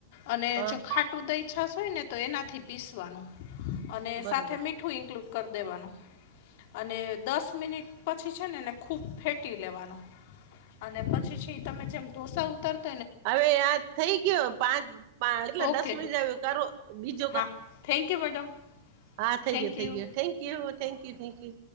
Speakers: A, on the left; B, on the right.
A: અને
B: હા
A: જો ખાટ ટુ દહીં, છાશ હોય ને તો એનાથી પીસવાનું, અને
B: બરોબર
A: સાથે મીઠું ઇન્કલુડ કર દેવાનું, અને દસ મિનિટ પછી છે ને ને ખૂબ ફેટી લેવાનો, અને પછી છે તમે જેમ ઢોસા ઉતરતા
B: હવે આ થઈ ગયો પાંચ પા એટલે
A: ઓકે
B: દસ મિનિટ ઉતારો બીજો
A: હા
B: કર
A: થેન્ક યુ મેડમ.
B: હા થઈ
A: થેન્ક
B: ગયો, થઈ
A: યુ
B: ગયો, થેન્કયુ, થેન્કયુ, થેન્કયુ.